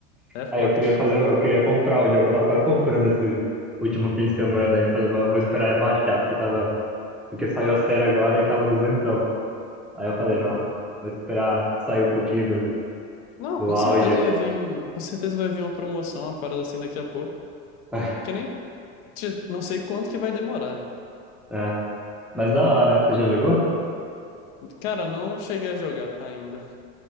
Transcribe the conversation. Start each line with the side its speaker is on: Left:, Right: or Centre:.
Left: É forte.
Centre: Aí eu queria fazer, eu queria comprar o jogo, eu tava quase comprando esse último fim de semana. Aí eu falei, mas eu vou esperar abaixar, porque tava, porque saiu a série agora e tava duzentão. Aí eu falei,
Left: Uhum.
Centre: não, vou esperar sair um pouquinho do,
Left: Não,
Centre: do
Left: com
Centre: auge
Left: certeza
Centre: aí.
Left: vai vir, com certeza vai vir uma promoção, uma parada assim daqui a pouco.
Centre: <laughs>
Left: Que nem, ti- não sei quanto que vai demorar, né?
Centre: É, mas da hora, você já jogou?
Left: Cara, não cheguei a jogar ainda.